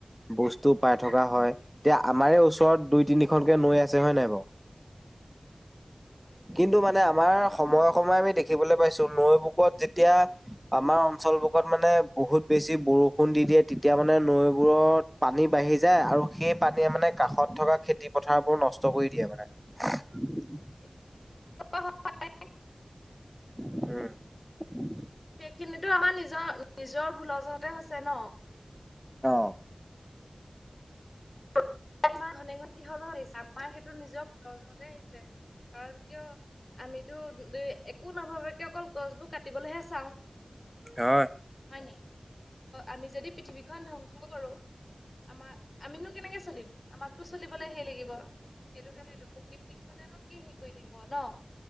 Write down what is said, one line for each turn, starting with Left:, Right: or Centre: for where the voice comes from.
Centre: বস্তু পাই থকা হয়, এতিয়া আমাৰে ওচৰত দুই তিনিখনকে নৈ আছে হয়ে নাই বাৰু। কিন্তু মানে আমাৰ সময়ে সময়ে আমি দেখিবলৈ পাইছো নৈ বুকত যেতিয়া আমাৰ অঞ্চল বুকত মানে বহুত বেছি বৰষুণ দি, দিয়ে তেতিয়া মানে নৈবোৰত পানী বাঢ়ি যায়, আৰু সেই পানীয়ে মানে কাষত থকা খেতি পথাৰবোৰ নষ্ট কৰি দিয়ে মানে।
Left: <inaudible>
Centre: উম।
Left: খিনিতো আমাৰ নিজৰ, নিজৰ ভুলৰজহতে হৈছে ন।
Centre: অ'।
Left: <inaudible> ঘনে ঘ কিহৰত আহিছে, আমাৰ সেইটো নিজৰজহতে আহিছে কাৰণ কিয়? আমিতো একো নাভাবাকে অকল গছবোৰ কাটিবলৈহে চাওঁ।
Centre: আহ।
Left: হয় আমি যদি পৃথিৱীখন ধ্বংস কৰো, আমাৰ আমিনো কেনেকে চলিম, আমাকতো চলিবলে হেই লাগিব এইটো কাৰণে এইটো প্ৰকৃতিক খনেনো কি হেৰী কৰি থাকিব ন।